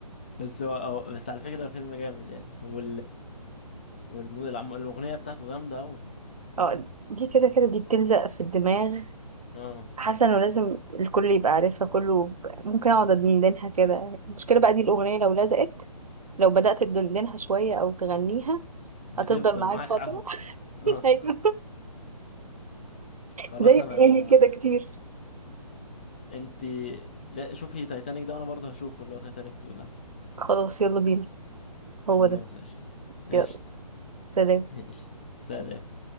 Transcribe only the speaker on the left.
بس هو هو- بس على فكرة الفيلم جامد يعني هو والمود العم... الأغنية بتاعته جامدة أوي
اه
بتفضل
معاك
حبة <laughs> اه
خلاص
أنا
انتي لا شوفي تايتانيك ده وأنا برضه هشوفه اللي هو تايتانيك 2 ده
خلاص
قشطة قشطة
ماشي سلام